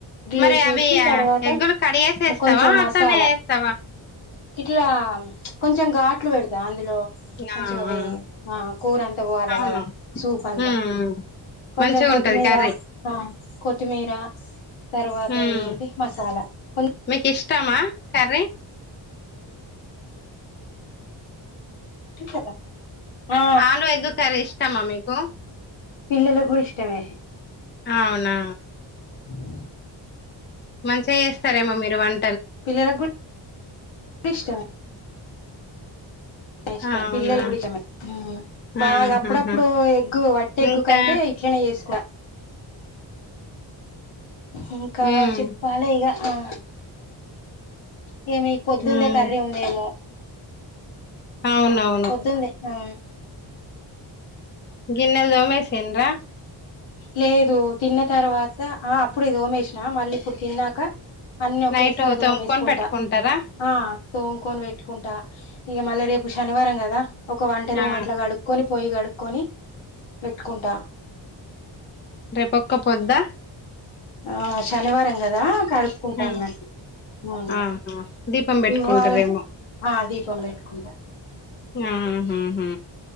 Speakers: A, on the left; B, on the left.
A: మరే
B: వేసేసి
A: అవీ
B: తర్వాత
A: ఎగ్గులు కడిగేసేస్తవా
B: కొంచెం మసాలా
A: అట్లనే ఏస్తవ
B: ఇట్లా కొంచెం ఘాట్లు పెడత అందులో
A: ఆ
B: మంచిగ వేయి
A: ఆ
B: ఆ కూర అంత పోవాలె
A: అవును
B: కద సూప్ అంత
A: ఉమ్
B: కొంచెం
A: మంచిగా
B: కొత్తిమీర
A: ఉంటది కర్రీ
B: ఆ కొత్తిమీర తర్వాత
A: ఉమ్
B: ఇదేంది మసాలా కొ
A: మీకు ఇష్టమా కర్రీ
B: <unintelligible> ఆ
A: ఆలు ఎగు కరీ ఇష్టమా మీకు
B: పిల్లలకు కూడా ఇష్టమే
A: అవునా
B: ఆ
A: మంచిగా చేస్తారేమో మీరు వం
B: పిల్లల గూడ ఇష్టమే ఇష్టం
A: అవునా
B: పిల్లలు గుడికమే బాగా
A: ఆహాహా
B: అప్పుడప్పుడు ఎగ్గు వటి ఎగ్గు
A: ఇంకా
B: కంటే ఇట్లనే చేస్ ట ఇంకా
A: ఉమ్
B: చెప్పాలి ఇగ ఆ ఇగ మీకు పొద్దుంది
A: ఉమ్
B: కర్రీ ఉందేమో
A: అవునవును
B: పోద్దుందే ఆ
A: గిన్నెల్ దోమేసిండ్రా
B: లేదు తిన్న తర్వాత ఆ అప్పుడే తోమేష్ నా మళ్ళీ ఇప్పుడు తిన్నాక అన్ని ఒకేసారి
A: నైట్
B: దోమేసుకుంటా
A: తోముకొని పెట్టుకుంటారా
B: ఆ తోముకొని పెట్టుకుంటా ఇక మళ్ళీ రేపు శనివారం కదా ఒక వంట రూమ్
A: ఆ
B: అట్లా కడుకొని పొయ్య కడుకొని పెట్టుకుంటా
A: రేపొక్క పొద్దా
B: ఆ శనివారం కదా కడుపుకుంటా
A: ఆ,
B: అన్నట్టు ఆ
A: ఆహా దీపం పెట్టుకుంటారేమో
B: ఇవ్వాల ఆ దీపం పెట్టుకుంటా
A: ఆ హూ హూ